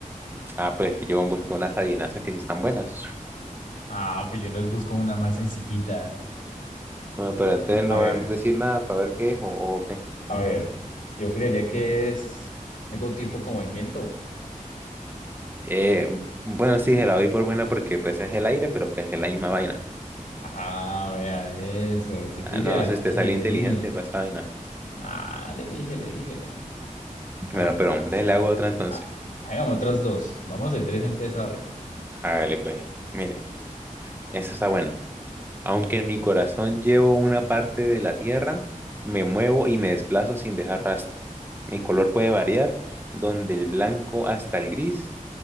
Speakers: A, on the right (about 15°); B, on the left (about 70°).
A: Ah, pues yo busqué unas adivinanzas que sí están buenas.
B: Ah, pues yo les busco una más sencillita.
A: Bueno, pero entonces no
B: A ver,
A: vas a decir nada para ver qué es o, o qué.
B: a ver. Yo creería que es algo tipo como el viento.
A: Eh, bueno, sí, se la doy por buena porque pues es el aire, pero pues es la misma vaina.
B: Ah, vea eso. Sí
A: Ah,
B: pilla,
A: no, se
B: le
A: te
B: dije,
A: sale
B: le
A: inteligente
B: dije.
A: va esta vaina.
B: Ah, le dije, le dije.
A: Bueno,
B: A ver.
A: pero déjale hago otra entonces.
B: Ah, Hagamos otras dos. Vamos de tres en tres a ver.
A: Hágale pues. Mire, eso está bueno. Aunque en mi corazón llevo una parte de la tierra, me muevo y me desplazo sin dejar rastro. Mi color puede variar, donde el blanco hasta el gris,